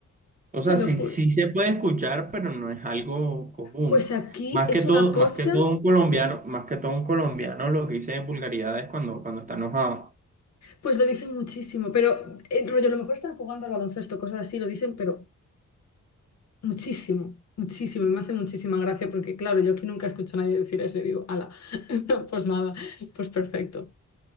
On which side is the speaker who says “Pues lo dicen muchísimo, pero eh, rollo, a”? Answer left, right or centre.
Left